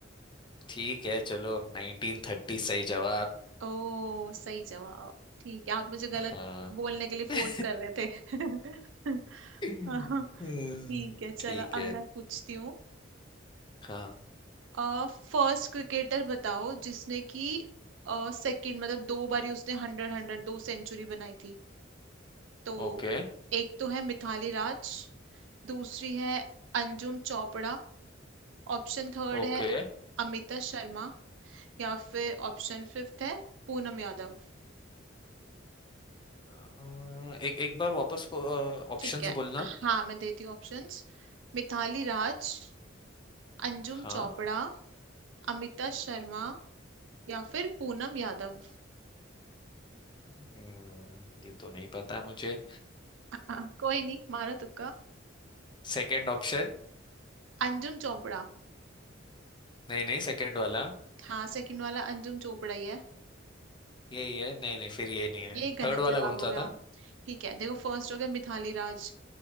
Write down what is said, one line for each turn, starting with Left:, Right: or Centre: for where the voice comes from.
Left: ठीक है चलो 1930 सही जवाब
Right: ओ सही जवाब ठीक है आप मुझे गलत
Left: हाँ
Right: बोलने के लिए फोर्स
Left: <laughs>
Right: कर रहे थे <laughs>
Left: हम्म,
Right: हाँ, ठीक है चलो
Left: ठीक
Right: अब
Left: है
Right: मैं पूछती हूँ
Left: हाँ
Right: फर्स्ट क्रिकेटर बताओ जिसने कि सेकंड मतलब दो बारी उसने हंड्रेड हंड्रेड दो सेंचुरी बनाई थी तो
Left: ओके
Right: एक तो है मिथाली राज दूसरी है अंजुम चोपड़ा ऑप्शन थर्ड
Left: ओके
Right: है अमिता शर्मा या फिर ऑप्शन फिफ्थ है पूनम यादव
Left: अ, एक एक बार वापस को ऑप्शंस
Right: ठीक है
Left: बोलना
Right: हाँ मैं देती हूँ ऑप्शंस मिथाली राज अंजुम
Left: हाँ
Right: चोपड़ा अमिता शर्मा या फिर पूनम यादव
Left: हम्म, ये तो नहीं पता है मुझे
Right: <laughs> कोई नहीं मारा तुक्का
Left: Second option
Right: अंजुम चोपड़ा
Left: नहीं नहीं सेकंड वाला
Right: हाँ सेकंड वाला अंजुम चोपड़ा ही है
Left: यही है नहीं नहीं फिर ये नहीं है
Right: ये गलत
Left: थर्ड
Right: जवाब
Left: वाला कौन
Right: हो गया
Left: सा था
Right: ठीक है देखो फर्स्ट हो गया मिथाली राज